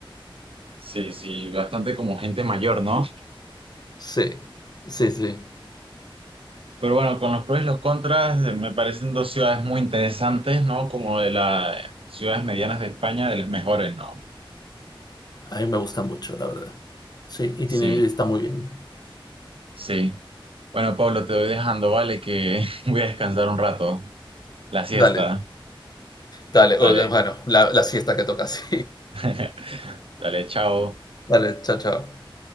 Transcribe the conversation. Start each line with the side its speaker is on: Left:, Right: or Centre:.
Right: Sí, sí, bastante como gente mayor, ¿no?
Left: sí, sí, sí.
Right: Pero bueno, con los pros y los contras, eh, me parecen dos ciudades muy interesantes, ¿no? Como de las ciudades medianas de España, de las mejores, ¿no?
Left: A mí me gusta mucho, la verdad. Sí, y
Right: Sí,
Left: tiene, está muy bien.
Right: sí. Bueno, Pablo, te voy dejando, ¿vale? Que <laughs> voy a descansar un rato, la siesta.
Left: Dale, dale.
Right: Dale,
Left: o- Bueno, la, la siesta que toca, <laughs> sí.
Right: <laughs> dale, chao.
Left: Dale, chao, chao.